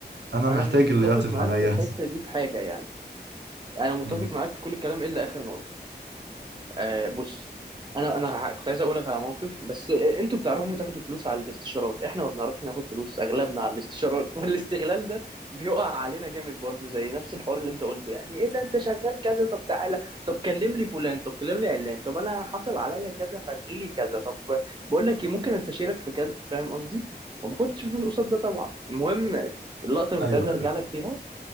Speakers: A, on the right; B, on the right.
A: انا
B: انا
A: محتاج
B: مش متفق
A: اللي يعطف
B: معاك
A: عليا
B: في الحته
A: <laughs>
B: دي في حاجه يعني انا متفق
A: مم.
B: معاك في كل الكلام الا اخر نقطه آه بص انا انا ه- كنت عايز اقول لك على موقف بس آه، انتوا بتعرفوا تاخدوا فلوس على الاستشارات احنا ما بنعرفش ناخد فلوس اغلبنا على الاستشارات <laughs> والاستغلال ده بيقع علينا جامد برضو زي نفس الحوار اللي انت قلته يعني ايه ده انت شغال كذا طب تعالى طب كلم لي فلان طب كلم لي علان طب انا حصل عليا كذا فالغي لي كذا طب بقول لك ايه ممكن استشيرك في كذا فاهم قصدي ما باخدش فلوس قصاد ده طبعا المهم اللقطه اللي
A: ايوه
B: كنت عايز ارجع
A: ايوه
B: لك فيها